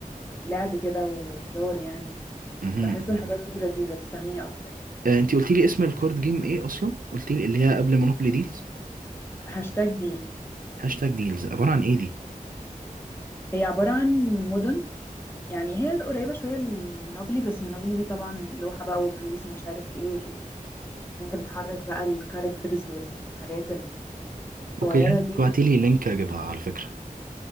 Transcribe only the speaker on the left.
لعب كده وهزار يعني
بحس
الحاجات دي لذيذه بتستهويني اكتر يعني
هاشتاج ديل
هي عباره عن مدن يعني هي قريبه شويه لمونوبلي بس مونوبلي دي طبعا لوحه بقى وفلوس ومش عارف ايه وال... وال- إن انت بتحرك بقى الكاركترز والحاجات الصغيره
دي